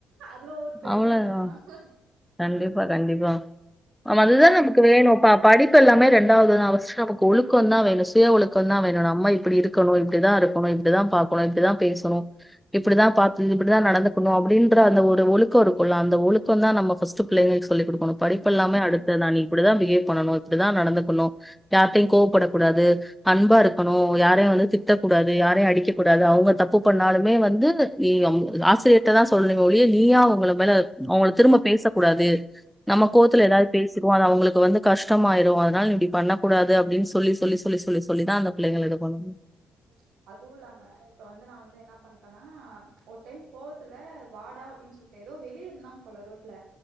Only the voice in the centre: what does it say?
அவ்ளோதா
கண்டிப்பா கண்டிப்பா நம அதுதான் நமக்கு வேணும் பா படிப்பு எல்லாமே ரெண்டாவதுான் அவசு நமக்கு ஒழுக்கம் தான் வேணும் சுய ஒழுக்கம் தான் வேணும் நம்ம இப்படி இருக்கணும் இப்படிதான் இருக்கணும் இப்படிதான் பாக்கணும் இப்படிதான் பேசணும் இப்படிதான் பாத்து இப்படிதான் நடந்துக்கணும் அப்படின்ற அந்த ஒரு ஒலுக் க்கும்ல அந்த ஒழுக்கம் தான் நம்ம பர்ஸ்ட் பிள்ளைங்களுக்குஸ் சொல்லி கொடுக்கணும் படிப்பு
எல்லாமே அடுத்ததான் நீ இப்படிதான் பிஹேவ் பண்ணணு இப்படிதான் நடந்துக்கணும் யார்டயும் கோவப்படக்கூடாது அன்பா இருக்கணும் யாரையும் வந்து திட்டக்கூடாது யாரையும் அடிக்கக்க கூடாது அவங்க தப்பு பண்ணாலுமே வந்து நீ அம் இது ஆசிரியர் கிட்டதான் சொல்லணம் ஒழியே நீயா வந் அவங்கள மேல அவங்கள திரும்ப பேசக்கூடாது நம்ம கோவத்தல ஏதாவது பேசிக்ரூவோ அது அவங்களுக்கு இப்ப வந்து கஷ்டமா ஆயிரும் அதனால நீ இப்படி பண்ண கூடாது அப்படின்னு சொல்லி சொல்லி சொல்லி சொல்லி சொல்லிதான் அந்த பிள்ளைங்கள இது பண்ணணு